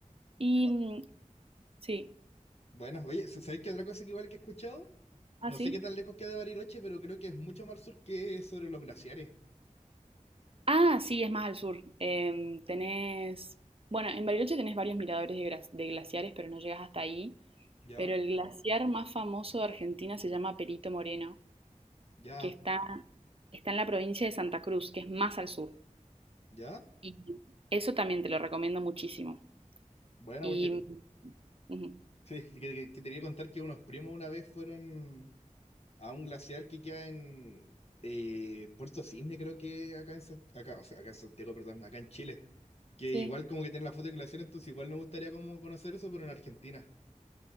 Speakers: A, on the right (about 45°); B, on the left (about 50°).
A: Y
B: Ah,
A: mm, sí,
B: buena. Oye, ¿s- ¿sabéis qué otra cosa que igual que he escuchado?
A: ah,
B: No
A: sí.
B: sé qué tan lejos queda de Bariloche, pero creo que es mucho más al sur que sobre los glaciares.
A: Ah, sí, es más al sur. Em, tenés, bueno, en Bariloche tenés varios miradores de, glas- de glaciares, pero no llegas hasta ahí.
B: ¿Ya?
A: Pero el glaciar más famoso de Argentina se llama Perito Moreno,
B: Ya,
A: que está, está en la provincia de Santa Cruz, que es más al sur.
B: ya.
A: Y eso también te lo recomiendo muchísimo.
B: Bueno,
A: Y
B: porque
A: ujú,
B: sí, que, que- que te quería contar que unos primos una vez fueron a un glaciar que queda en eh, Puerto Cisne, creo que acá en, San- acá, o sea, acá en Santiago, perdón, acá en Chile. Que
A: sí.
B: igual como que tienen la foto en glaciar, entonces igual me gustaría como conocer eso, pero en Argentina.